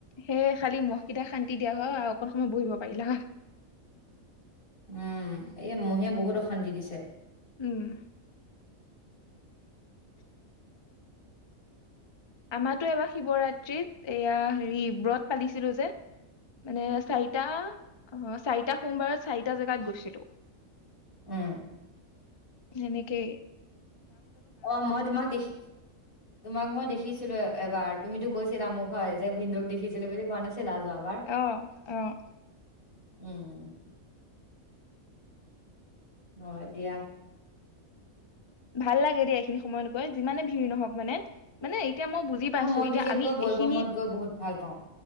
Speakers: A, on the left; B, on the left.
A: সেয় খালি মহকেইটা শান্তি দিয়া হয়', আৰু অকন সময় বহিব পাৰিলা হয়।
B: উম', এই', মহে বহুত অশান্তি দিছে।
A: উম', আমাৰতো এইবাৰ শিৱৰাত্ৰিত এয়া হেৰি ব্ৰত পালিছিলো যে -মানে, চাৰিটা অ', চাৰিটা সোমবাৰ চাৰিটা জেগাত গৈছিলো।
B: উম',
A: হেনেকে,
B: অ', মই তোমাক দেখি -তোমাক মই দেখি দেখিছিলো এবাৰ তুমিতো, কৈছিলা মোক হয় যে ভিন্দক দেখিছিলো বুলি কোৱা নাছিলা? যোৱাবাৰ।
A: অহ', -অহ',
B: উম', হয় দিয়া।
A: ভাল লাগে দেই, এইখিনি সময়ত গৈ যিমানে ভিৰ নহওক মানে। মানে এতিয়া মই বুজি পাইছো।
B: অ মই
A: এতিয়া
B: বিশেষকৈ
A: আমি
B: বলবমত
A: এইখিনিত
B: গৈ বহুত ভাল পাওঁ।